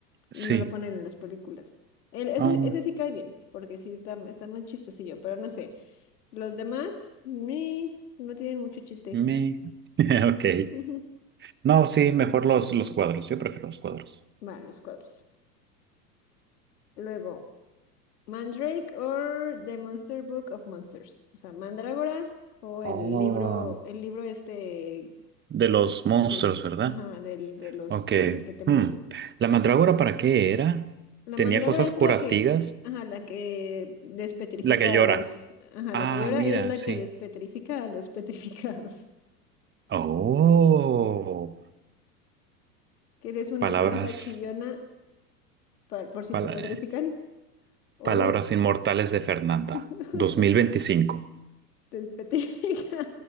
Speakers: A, on the right; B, on the left.
A: sí.
B: Y no lo ponen en las películas. El- ese,
A: Ah,
B: ese sí cae bien, porque sí está, está más chistosillo, pero no sé. Los demás, ni, no tienen mucho chiste.
A: me. <laughs> Ok.
B: Ujú.
A: No, sí, mejor los, los cuadros. Yo prefiero los cuadros.
B: Van los cuadros. Luego, Mandrake or The Monster Book of Monsters. O sea, Mandrágora o el
A: Oh.
B: libro, el libro este
A: De los monstruos,
B: de,
A: ¿verdad?
B: ajá, del, de los,
A: Ok.
B: el que te muerde.
A: Hmm. ¿La mandrágora para qué era?
B: La
A: Tenía
B: mandrágora
A: cosas
B: es
A: curativas.
B: la que, ajá, la que despetrifica
A: La que llora.
B: a los, ajá,
A: Ah,
B: la que llora
A: mira,
B: y es la
A: sí.
B: que despetrifica a los <laughs> petrificados.
A: Oh,
B: Que eres una
A: palabras,
B: planta chillona par- por si
A: pala-
B: te petrifican
A: palabras
B: o
A: inmortales de Fernanda,
B: <laughs>
A: dos mil veinticinco
B: te petrifica.